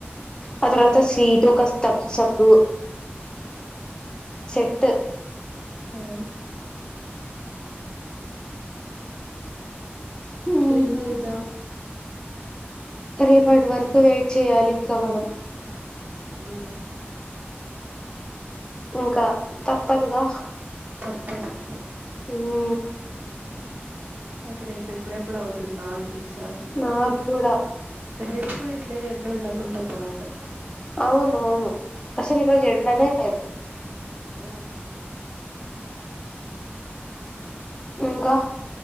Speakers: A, on the left; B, on the right.
A: ఆ తర్వాత స్వీట్ ఒక స్ తంసప్ సెట్టు
B: అవును
A: హు
B: ఏం
A: మ్
B: చేద్దాం
A: రేపటి వరకు వెయిట్ చేయాలి ఇంకా మనం
B: మ్మ్
A: ఇంకా తప్పదుగా
B: తప్పదు
A: మ్
B: నాకు రేపు ఎప్పుడెప్పుడు అవుతుందా అనిపిస్తాంది
A: నాకు కూడా
B: రేపు కూడా ఇట్ల ఎండ ఉండకుంటే బాగుండు
A: అవును అవును అసలు ఈరోజు ఎండనేలేదు
B: ఆ
A: ఇంకా